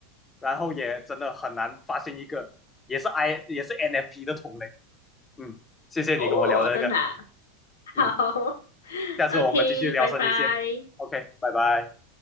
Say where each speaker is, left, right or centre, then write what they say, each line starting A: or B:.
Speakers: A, on the left; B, on the left.
A: 然后也真的很难发现一个也是 I 也是 NFP 的同类。嗯，谢谢你跟我聊这个。
B: 哦，真的啊
A: 嗯，
B: 好 <laughs>，OK，
A: 下次我们继续聊深一些。
B: 拜拜。
A: OK，拜拜。